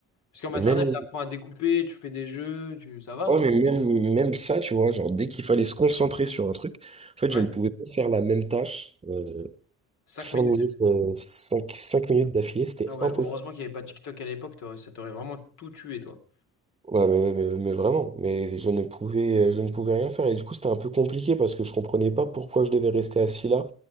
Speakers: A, on the left (about 75°); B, on the right (about 20°).
A: Parce qu'en maternelle
B: Et Même,
A: t'apprends à découper, tu fais des jeux, tu ça va
B: ouais,
A: non?
B: mais même, même ça, tu vois, genre dès qu'il fallait se concentrer sur un truc, en fait,
A: Ouais.
B: je ne pouvais pas faire la même tâche euh,
A: Cinq
B: cinq
A: minutes.
B: minutes, euh, cinq, cinq minutes d'affilée, c'était
A: Ah ouais.
B: impossible.
A: Heureusement qu'il n'y avait pas TikTok à l'époque, t'aurais- ça t'aurait vraiment tout tué toi.
B: Ouais, mais, mais, mais vraiment, mais je ne pouvais, euh, je ne pouvais rien faire. Et du coup, c'était un peu compliqué parce que je comprenais pas pourquoi je devais rester assis là,